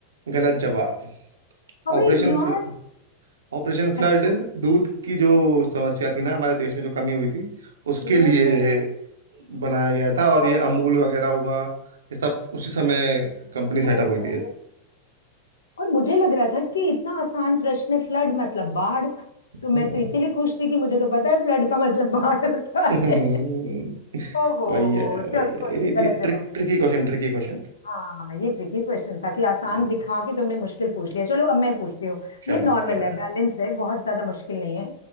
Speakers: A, on the right (about 65°); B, on the left (about 70°).
A: गलत जवाब
B: अबे
A: ऑपरेशन
B: यार
A: फ्ल, ऑपरेशन
B: अच्छा
A: फ्लड दूध की जो समस्या थी ना हमारे देश में जो कमी हुई थी उसके
B: ओ,
A: लिए बनाया गया था और
B: और
A: ये अमूल वगैरह हुआ ये सब उसी समय कंपनी सेटअप
B: ओ,
A: हुई
B: ओ।
A: थी ये।
B: और मुझे लग रहा था कि इतना आसान प्रश्न है फ्लड मतलब बाढ़
A: हम्म,
B: तो मैं तो इसीलिए खुश थी कि मुझे तो पता है फ्लड का मतलब बाढ़ होता
A: <laughs>
B: है ओहो
A: वही है वही
B: चल
A: है
B: कोई नहीं गलत
A: ये ट्रिक
B: जवाब
A: ट्रिकी क्वेश्चन ट्रिकी क्वेश्चन था
B: हाँ ये ट्रिकी क्वेश्चन था कि आसान
A: हम्म,
B: दिखा के तुमने मुश्किल पूछ लिया चलो अब मैं पूछती हूँ
A: चलो
B: ये नॉर्मल
A: चलो
B: है बैलेंस है बहुत ज्यादा मुश्किल नहीं है